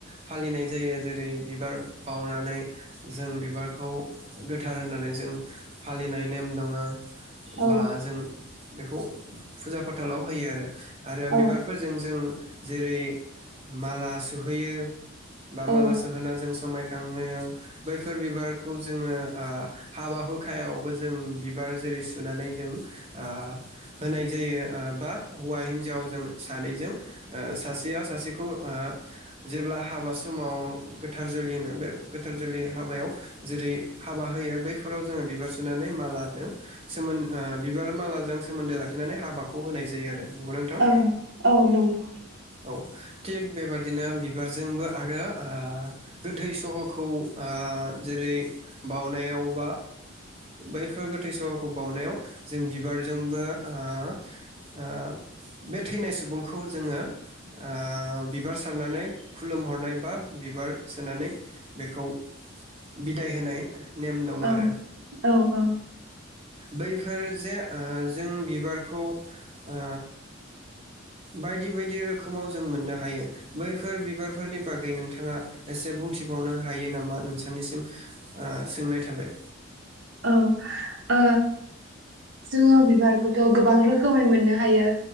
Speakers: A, on the right; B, on the right.
A: फालिनाय जायो जेरै बिबार बावनानै जों बिबारखौओ गोथ थार होननानै जों फालिनाय नेम दंङो।
B: औ
A: बा जों बेखौ फुजा फाथालाव होयो आरो। आरो
B: औ
A: बिबारफोरजों जों जेरै- माला सुहैयो बा
B: औ
A: माला सोहोना जों समायखांहोयो। बैफोर बिबारखौ जोंङो आह हाबा हुखायावबो जों बिबार जेरै सोनानै जों ओ होनाय जायो ओ बा हौवा हिन्जावाव जों सानैजों ओ सासेयाव सासेखौ ओ जेब्ला हाबा समाव गोथार जुलि होनो बे गोथार जुलि हाबायाव जेरै हाबा होयो बै फोराव जोंङो बिबार सोनानै माला दोन सोमो ओ बिबार मालाजों सोमोन्दो लाखि नानै हाबाखौ होनाय जायो आरो। नंगौना नोंथां?
B: ओं औ नंगौ।
A: औ थिग बेबादिनो बिबारजोंबो आरो ओ गोथै सहखौ ओ जेरै बावनायाव बा बैफोर गोथै सहाखौ बावनायाव जों बिबारजोंबो ओ ओ बे थैनाय सुबुंखौ जोंङो ओ बिबार सारनानै खुलुमहरनाय बा बिबार सोनानै बेखौ बिदाय होनाय। नेम दंङ
B: औ
A: आरो।
B: औ औ
A: बैफोर जे ओ जों बिबारखौ ओ बायदि बायदि रोखोमाव जों मोननो हायो बैफोर बिबारफोरनि बागै नोंथांङा एसे बुंथिबावनो हायो नामा नोंस थां निसिम सोंनाय थाबाय।
B: औ ओ जोंङो बिबारखौथ' गोबां रोखोमै मोननो हायो।